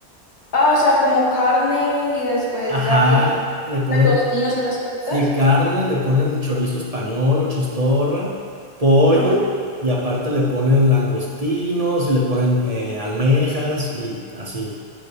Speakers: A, on the left; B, on the right.
A: Ah, o sea, como carne y después
B: Ajá,
A: ya l-
B: le ponen,
A: langostinos y esas cositas.
B: sí, carne, le ponen el chorizo español o chistorra, pollo,
A: Oh,
B: y aparte le ponen langostinos y le ponen eh, almejas y así.